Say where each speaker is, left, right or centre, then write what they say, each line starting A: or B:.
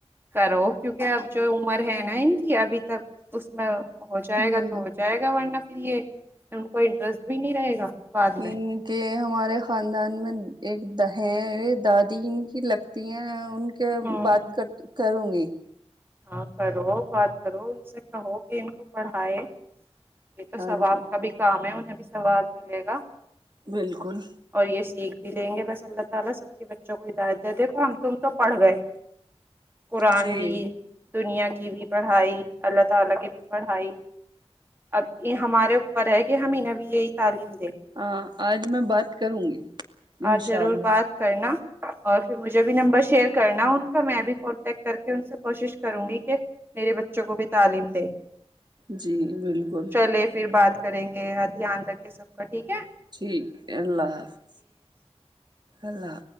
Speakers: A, on the right; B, on the right.
A: کرو کیونکہ اب جو عمر ہے نا ان کی ابھی تک اس میں ہو جائے
B: ہوں
A: گا تو ہو جائے گا ورنہ پھر کو انٹرسٹ بھی نہیں رہے گا بعد میں
B: ان کے ہمارے خاندان میں ایک د ہیں یہ دادی ان کی لگتی ہیں ان
A: ہاں
B: بات کر کرروں گی
A: ہاں کرو بات کرو ان سے کہو کہ ان کو پڑھائے یہ تو
B: ہاں
A: سو آاب
B: جی
A: کا بھی کام ہے ب سوال ملے گا
B: بالکل
A: اور یہ سیکھ بھی لیں گے بس اللہ تعالی سب کے بچوں کو ہدایت د دی دیکو ہم تم تو پڑھ گئے قرآن
B: جی
A: بھی دنیا کی بھی پڑھائی اللہ تعالی کی بھی پڑھائی اب یہ ہمارے اوپر ہے کہ ہمیینہ بھی یہی تعلیم دیں
B: ہاں آج میں بات کروں گی انشاء
A: آپ ضرور
B: اللہ
A: بات کرنا اور پھر مجھے بھی نمبر شیئر کرنا کا میں بھیھی کانٹیکٹ کر کے ان سے کوشش کر کروں گی کہ میرے بچوں کو بھی تعلیم دے
B: جی بالکل
A: چلے پھر بات کریں گے دھیان رکھے سب کا ٹھیک ہے
B: ٹھیک ہے اللہ حافظ اللہ